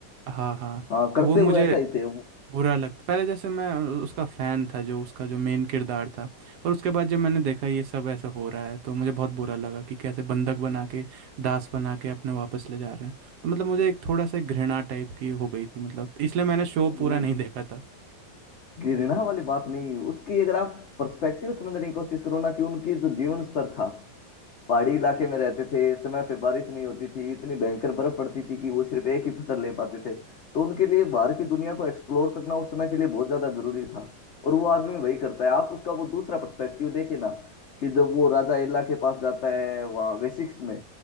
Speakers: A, on the right; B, on the left.
A: हाँ हाँ
B: हाँ करते
A: तो वो मुझे
B: वो ऐसा ही थे वो
A: बुरा लगता पहले जैसे मैं उसका फ़ैन था जो उसका जो मेन किरदार था पर उसके बाद जब मैंने देखा ये सब ऐसा हो रहा है तो मुझे बहुत बुरा लगा कि कैसे बंधक बना के दास बना के अपने वापस ले जा रहे हैं तो मतलब मुझे एक थोड़ा सा घृणा टाइप की हो गई थी मतलब इसलिए मैंने शो
B: नहीं
A: पूरा नहीं देखा था
B: घृणा वाली बात नहीं उसकी अगर आप पर्सपेक्टिव समझने की कोशिश करो ना कि उनकी जो जीवन स्तर था पहाड़ी इलाके में रहते थे समय पे बारिश नहीं होती थी इतनी भयंकर बर्फ पड़ती थी कि वो सिर्फ एक ही फसल ले पाते थे तो उनके लिए बाहर की दुनिया को एक्सप्लोर करना उस समय के लिए बहुत ज्यादा जरूरी था और वो आदमी वही करता है आप उसका वो दूसरा पर्सपेक्टिव देखे ना कि जब वो राजा एला के पास जाता है वहाँ वेसिक्स में